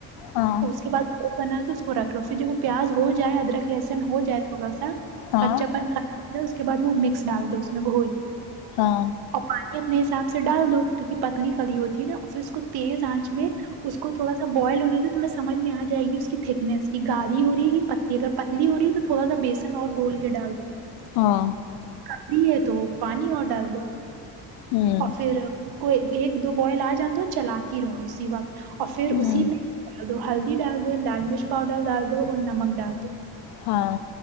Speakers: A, on the left; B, on the right.
A: ہاں
B: اس کے بع گول بنا کے اس کو رکھ لو پھر جب وہ پیاز ہو جائے ادرک لہسن ہو جائے تھوڑا سا
A: ہاں
B: کچچا پن ک اس کے بعد وہ مکس ڈال دو اس میں گھول
A: ہاں
B: اور پانی اپنے حساب سے ڈال دو کیونکہ پتلی کی ہوتی ہے نا پھر اس کو تیز آنچ میں اس کو تھوڑا سا بوائل ہونے دو تو میں سمجھ میں آ جائے گی اس کی تھکنیس کی گاالھی ہو رہی ہے کہ پتلی اگر پتلی ہو رہی ہے تو تھوڑا سا بیسن اور گھول کے ڈال دو
A: ہاں
B: کی ہے تو پانی اور ڈال دو
A: ہوں
B: اور پھر خود کو ایک دو بوائل آ جان دو چلاتی رہو اسی وقت اور پھر
A: ہوں
B: اسی میں ڈال دو ہلدی ڈال دو لال مرچ پاؤڈر ڈال دو اور نمک ڈال دو
A: ہاں